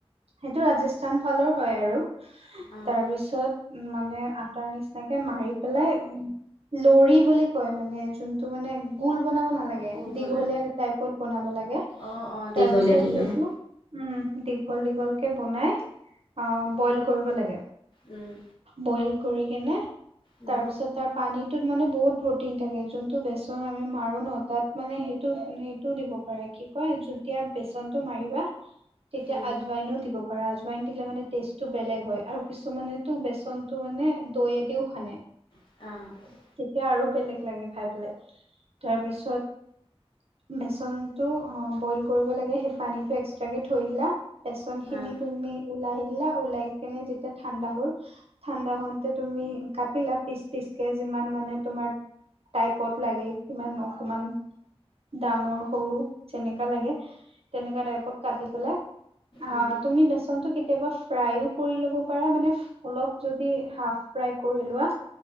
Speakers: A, on the right; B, on the left.
A: সেইটো ৰাজস্থান ফালৰ হয়ঁ আৰু,
B: অ',
A: তাৰ পিছত মানে আটাৰ নিচি - তাকে মাৰি পেলাই লৰি বুলি কয় মানে, যোনটো মানে গোল বনাব নালা - গে
B: গোল
A: দীঘলীয়া
B: বনাই
A: টাইপত বনাব লাগে,
B: অ', অ', দীঘলীয়া
A: তাৰপিছত
B: দীঘলীয়া
A: সেইটো- উমঁ', দীঘল দীঘলকে বনাই আহ বইল কৰিব লাগে।
B: উমঁ।
A: বইল কৰি কেনে
B: উম,
A: তাৰপিছত তাত - পানীটোত মানে বহুত প্ৰটিন থাকে, যোনটো বেচন আমি মাৰোঁ ন, তাত মানে সেইটো সেইটোও দিব- পাৰে কি কয়, যেতিয়া বেচন টো মাৰিবা তেতিয়া
B: উম,
A: আজুৱাইনো দিব পা - পাৰা জৱেইন দিলে মানে টেষ্টটো বেলেগ হয়ঁ, আৰু কিছুমানেটো বেচনতো মানে দৈয়েদিও- ফনে।
B: অ'।
A: তেতিয়া আৰু বেলেগ লাগে খাই পেলাই। তাৰ পিছত- বেচনটো অ', বইল কৰিব লাগে, সেই পানীটো এক্সট্ৰাকে থৈ দিলা। বেচনখিনি
B: অ',
A: তুমি উলাই দিলা, উলাইকেনে যেতিয়া ঠাণ্ডা হ'ল- ঠাণ্ডা হওঁতে তুমি কাটিলা পিছ-পিছকে। যিমান মানে তোমাৰ টাইপত লাগে, সিমান ন'- অকণমান ডাঙৰ, সৰু যেনেকা লাগে, তেনেকা টাইপত- কাটি পেলাই। আ',
B: উম,
A: তুমি বেচনতটো কেতিয়াবা- ফ্ৰাইও কৰি ল'ব পাৰা, মানে অলপ যদি হাফ ফ্ৰাই কৰি লোৱা-